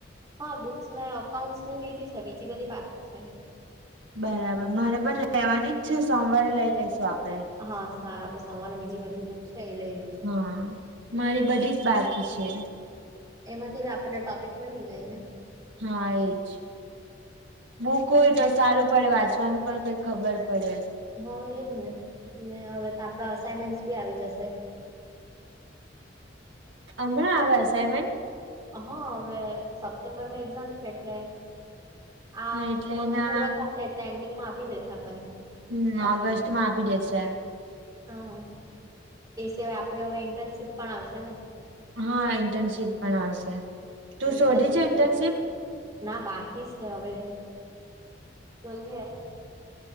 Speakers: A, on the right (about 20°); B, on the right (about 85°).
A: હા, બુક્સ મેં એકાઉન્ટસ ની લીધી છે. બીજી બધી બાકી છે.
B: બરાબર, મારે પણ લેવાની જ છે. સોમવારે લઈ લેશું આપડે.
A: હા, સારુ. આપડે સવારે બીજી બધી બુક છે એ લઈ લઈશું.
B: હા, મારી બધી જ બાકી છે.
A: એમાંથી આપણને ટોપિક મળી જાય ને.
B: હા, એજ. બુક હોય, તો સારું પડે વાંચવાનું પણ કંઈ ખબર પડે.
A: હા, એજ ને. ને હવે તો, આપડા અસાાઈનમેન્ટસ બી આવી જશે.
B: હમણાં આવે અસાઈનમેન્ટ.
A: હા હવે સપ્ટેમ્બરમાં એક્ઝામ છે એટલે આ
B: હા એટલે
A: મંચ
B: એના
A: પૂરા થશે એટલે એન્ડિંગમાં આપી દેશે આપણને.
B: હમ
A: અસાઇનમેન્ટ.
B: ઓગસ્ટ માં આપી દેશે.
A: હા, એ સિવાય આપે હવે ઇન્ટર્નશીપ પણ આવશે ને.
B: હા, ઇન્ટર્નશીપ પણ આવશે. તું
A: મે
B: શોધી
A: ઇન્ટર્નશિપ.
B: છે ઇન્ટર્નશીપ
A: ના, બાકી છે. હવે જોઈએ. <inaudible>